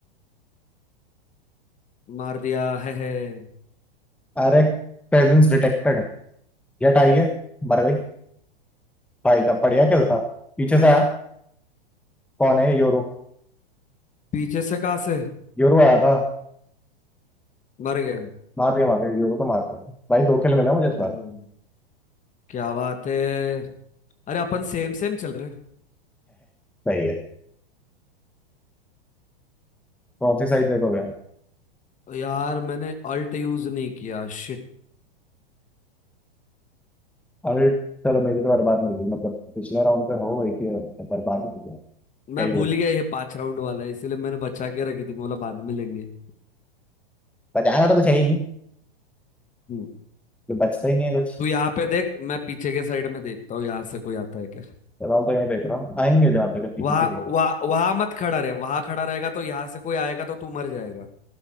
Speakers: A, on the left; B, in the centre.
A: मार दिया है, है।
B: अरे प्रेजेंस डिटेक्टेड या टाइगर मर गई भाई का बढ़िया खेल था पीछे से आया कौन है योरू
A: पीछे से कहाँ से
B: योरू आया था
A: मर गया
B: मार दिया मार दिया योरू तो मार दिया भाई दो खेल मिला मुझे इस
A: हम्म,
B: बार <laughs>
A: क्या बात है अरे अपन सेम सेम चल रहे हैं।
B: सही है कौन सी साइड देखोगे
A: यार मैंने अल्ट यूज नहीं किया शिट
B: अरे चलो मेरी तो बर्बाद नहीं हुई मतलब पिछले राउंड पे हो गई थी और बर्बाद ही थी क्या
A: मैं
B: ही
A: भूल
B: बोलते
A: गया ये पांच राउंड वाला है, इसीलिए मैंने बचा के रखी थी बोला बाद में लेंगे
B: बचाना तो कुछ है ही नहीं
A: <laughs>
B: जो बचता ही नहीं है कुछ
A: तू यहाँ पे देख मैं पीछे के साइड में देखता हूँ यहाँ से कोई आता है क्या
B: फिलहाल तो यही देख रहा हूँ आएंगे जहाँ तक है, पीछे
A: वहां
B: से आएंगे।
A: वहां वहां मत खड़ा रहे वहां खड़ा रहेगा तो यहाँ से कोई आएगा तो तू मर जाएगा